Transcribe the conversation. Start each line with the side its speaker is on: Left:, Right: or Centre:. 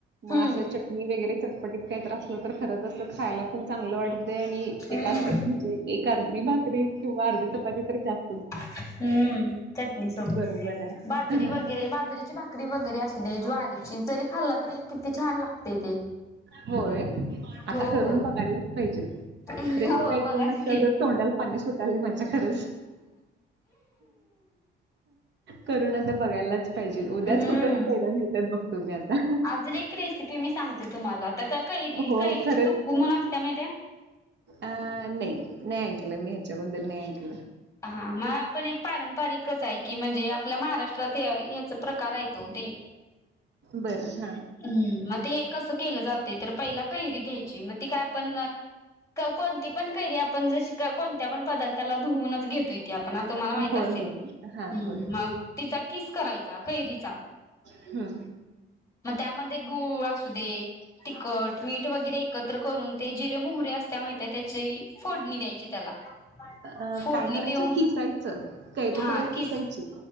Right: मग
Left: हम्म
Right: असं चटणी वगैरे चटपटीत काहीत असलं तर खर असं खायला पण चांगलं वाटतंय आणि
Left: हम्म
Right: एकाच म्हणजे एक अर्धी भाक री किंवा अर्धी चपाती जास्त
Left: हम्म चटणी सोबत
Right: बरोबर आहे
Left: बाजरी वगैरे बाजरीचे भा करी वगैरे असू दे ज्वारीची तरी खाल्ला तरी किती छान लागते ते
Right: होय आता
Left: हो
Right: करून
Left: हो
Right: बघायलाच पाहिजे
Left: हो
Right: रेसिपी ऐकून
Left: बघाच
Right: नसत
Left: की
Right: जर तोंडाला पाणी सुटाले माझ्याकडेच करु आता बघायलाच पाहिजे उद्याच
Left: हम्म
Right: कुठं कैऱ्या मिळतात बघतो मी आता
Left: अजून एक रेसिपी मी सांगते तुम्हाला त्या कैरी
Right: हो
Left: कैरीची
Right: खरंच
Left: तुक्कू म्हणून असत्या माहि त्या्या
Right: अ नाही नाही ऐकलं मी ह्याच्याबद्दल नाही ऐकलं
Left: हा मग आपण एक पारंपरिकच आहे की म्हणजे आपल्या महाराष्ट्रात याच प्रकार येतो ते
Right: बरं हां
Left: हम्म मग ते हे कसं केलं जाते तर पहिला कैरी घ्यायची मग ती काय पण कोणती पण कैरी आपण जशी का कोणत्या पण पदार्थाला धुऊन घेत असतो की मला माहित
Right: होय
Left: असतं
Right: होय हां होय
Left: मग तिचा किस करायचा कैरीचा
Right: हा
Left: मग त्यामध्ये गुळ असू दे. तिखट, मीठ वगैरे एकत्र करून ते जिरे मोहरी असतं त्याची फोडणी द्यायची त्याला
Right: अ
Left: फोडणी
Right: काय करायचं
Left: देऊन
Right: किसायचं कैरी
Left: हा
Right: पहिला किसायची.
Left: किस